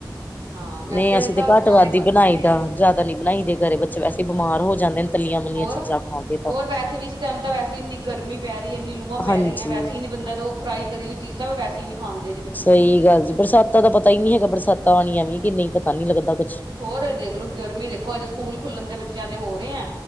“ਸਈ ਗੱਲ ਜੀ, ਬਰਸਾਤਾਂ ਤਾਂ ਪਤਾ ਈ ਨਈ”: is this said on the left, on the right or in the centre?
Left